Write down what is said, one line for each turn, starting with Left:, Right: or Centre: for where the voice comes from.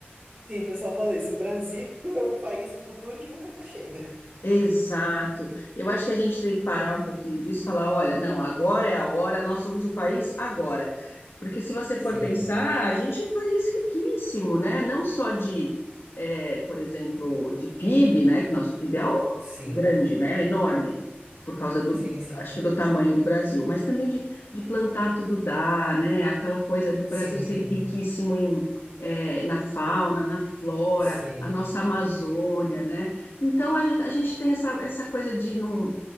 Right: Sim, o pessoal fala isso. O Brasil é o país do futuro que nunca chega.
Left: Exato. Eu acho que a gente tem que parar um pouquinho disso e falar, olha, não, agora é a hora, nós somos o país agora. Porque se você for
Right: <laughs> Sim,
Left: pensar, a gente é um país riquíssimo, né? Não só de, eh, por exemplo, de PIB, né? Que nosso PIB é ó,
Right: sim,
Left: grande, né? É enorme, por causa do,
Right: sim, sim,
Left: acho que do tamanho do Brasil, mas também de, de plantar tudo dá, né? Aquela coisa do
Right: sim,
Left: Brasil ser riquíssimo em, eh, na fauna, na flora,
Right: sim.
Left: a nossa Amazônia, né? Então, a gente, a gente tem essa, essa coisa de, não,